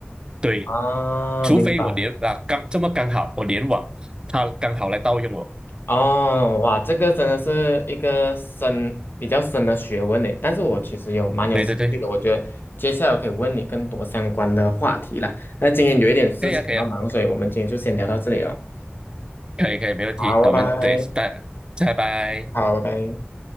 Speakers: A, on the right; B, on the left.
A: 对，
B: 啊，
A: 除非我连啊刚这么刚好我联网，
B: 明白。
A: 它刚好来盗用我，
B: 哦，哇，这个真的是一个深比较深的学问呢。但是我其实有蛮有兴趣的，
A: 对对对，
B: 我觉得接下来我可以问你更多相关的话题啦。那今天有一点事情要忙，
A: 可以啊可以啊
B: 所以我们今天就先聊到这里了。
A: 可以可以没问题，
B: 好，
A: 那我们等一下，
B: 拜拜。
A: 拜拜。
B: 好，拜拜。